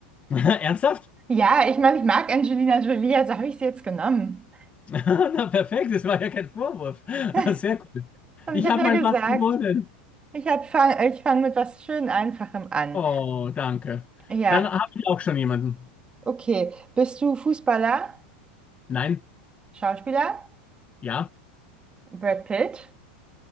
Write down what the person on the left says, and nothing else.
<laughs> Ernsthaft?
<laughs> Na, perfekt, das war ja kein Vorwurf. <laughs>
Sehr cool.
Ich
habe
mal
was gewonnen.
Oh, danke.
Dann habe ich auch schon jemanden.
Nein?
Ja?